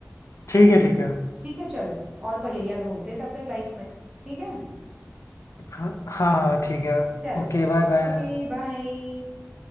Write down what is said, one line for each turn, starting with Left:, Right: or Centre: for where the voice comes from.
Left: ठीक है ठीक है
Right: ठीक है चलो और पहेलियां ढूंढते हैं तब तक लाइफ में ठीक है
Left: हाँ हाँ हाँ, ठीक है
Right: चलो
Left: Okay
Right: फिर
Left: bye bye
Right: ओके बाय